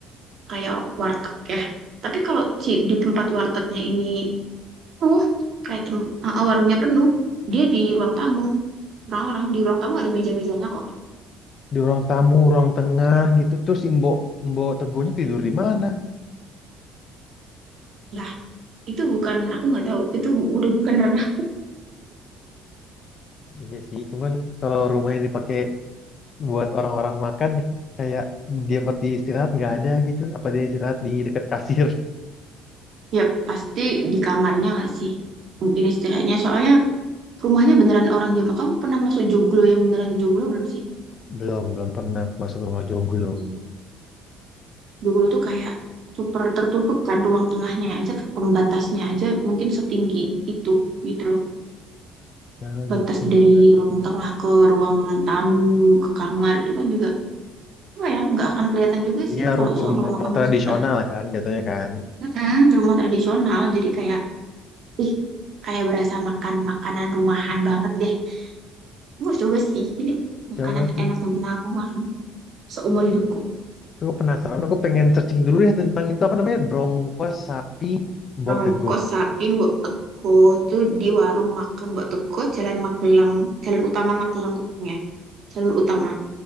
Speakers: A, on the right (about 55°); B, on the left (about 50°).
A: kayak warteg ya. Tapi kalau ci- di tempat wartegnya ini penuh kayak tem eh, warungnya penuh dia di ruang tamu orang-orang di ruang tamu ada meja-mejanya kok
B: di ruang tamu, ruang tengah gitu. Terus si Mbok Mbok Tegonya tidur di mana?
A: lah itu bukan aku nggak tahu itu bu- udah bukan ranah
B: Iya sih, cuman kalau rumahnya dipakai buat orang-orang makan nih, kayak dia tempat dia istirahat nggak ada gitu. Apa dia istirahat di dekat kasir?
A: ya pasti di kamarnya nggak sih mungkin istirahatnya soalnya rumahnya beneran orang Jamak kamu pernah masuk joglo yang beneran joglo belum sih
B: Belum, belum pernah aku masuk ke rumah joglo.
A: Hmm. joglo tuh kayak super tertutup kan ruang tengahnya aja pembatasnya aja mungkin setinggi itu gitu loh
B: Nah,
A: batas
B: gitu
A: dari
B: benar.
A: ruang tengah ke ruang tamu ke kamar itu kan juga apa ya nggak akan kelihatan juga
B: Iya,
A: sih kalau
B: ru-
A: seumpama
B: rumah-rumah
A: kamu
B: tradisional
A: istirahat
B: kan jatuhnya kan.
A: mm di rumah tradisional jadi kayak ih kayak berasa makan makanan rumahan banget deh gue coba sih ini makanan
B: Coba
A: terenak
B: sih.
A: yang pernah aku makan seumur hidupku
B: Aku penasaran, aku pengen searching dulu ya tentang itu apa namanya? Brongkos sapi Mbok
A: rongkos
B: Tego.
A: sapi Mbok Teko itu di warung makan Mbok Teko Jalan Magelang Jalan Utama Magelang Kupang ya jalur utama